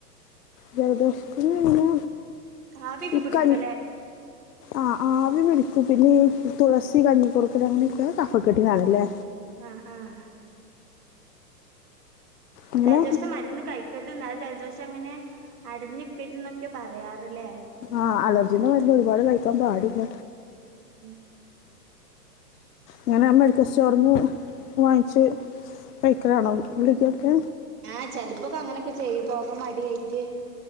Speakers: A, on the left; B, on the right.
A: ജൽദോഷത്തിന് ഇങ്ങനെ
B: ആവിയൊക്കെ
A: ഇക്ക
B: പിടിക്കലേ
A: ആ ആവി പിടി- പിന്നെ തുളസി കഞ്ഞിക്കൂർക്കലങ്ങനെ ങ്ങക്ക് കഫക്കെട്ടാ ണ്ല്ലേ
B: ആഹ് ആഹ്
A: അങ്ങനെ
B: ജൽദോശത്തിന്റെ മരുന്ന് കഴിക്കർത് ന്നാ ജ ജൽദോഷം അങ്ങനെ അട്ഞ്ഞിക്കരുതന്നൊക്കെ പറയാറ്ലേ
A: ആ അലർജിന്റെ മര്ന്ന് ഒരുപാട് കഴിക്കാൻ പാടില്ല
B: <inaudible>
A: ങ്ങനെ മെഡിക്കൽ സ്റ്റോറിന്ന് വാങ്ങിച്ച് കഴിക്കലാണോ ഗുളിക്കൊക്കെ
B: ആ ചെൽപ്പോക്കെ അങ്ങനൊക്കെ ചെയ്യു പോകാൻ മടിയായിട്ട്